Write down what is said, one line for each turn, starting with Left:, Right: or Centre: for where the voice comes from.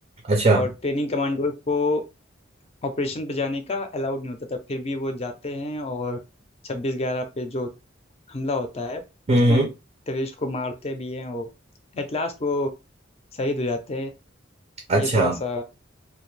Right: अच्छा हम्म
Left: और ट्रेनिंग कमांडोज को ऑपरेशन पे जाने का अलाउड नहीं होता था फिर भी वो जाते हैं और छब्बीस ग्यारह पे जो हमला होता है
Right: हम्म,
Left: उसमें टेररिस्ट को मारते भी हैं वो एट लास्ट वो शहीद हो जाते हैं
Right: अच्छा
Left: ये थोड़ा सा